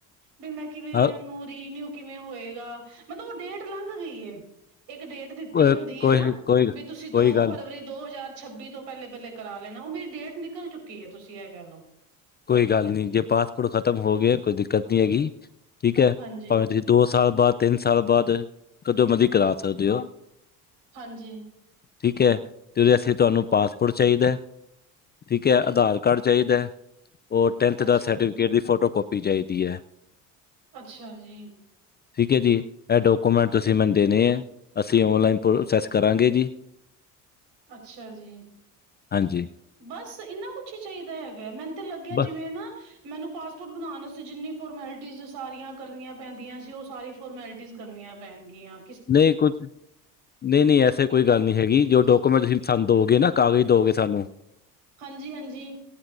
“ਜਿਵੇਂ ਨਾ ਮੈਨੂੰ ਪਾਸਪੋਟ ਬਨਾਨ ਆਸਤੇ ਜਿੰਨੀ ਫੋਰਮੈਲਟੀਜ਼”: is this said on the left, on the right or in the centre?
Right